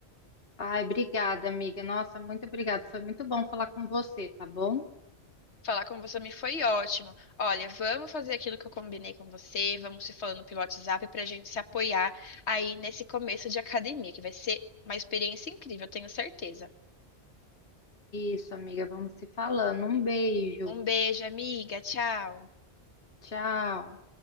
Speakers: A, on the left; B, on the left.
A: Ai, obrigada, amiga. Nossa, muito obrigada. Foi muito bom falar com você, tá bom?
B: Falar com você me foi ótimo. Olha, vamos fazer aquilo que eu combinei com você, vamos se falando pelo WhatsApp para a gente se apoiar aí nesse começo de academia, que vai ser uma experiência incrível, eu tenho certeza.
A: Isso, amiga. Vamos se falando. Um beijo.
B: Um beijo, amiga. Tchau.
A: Tchau.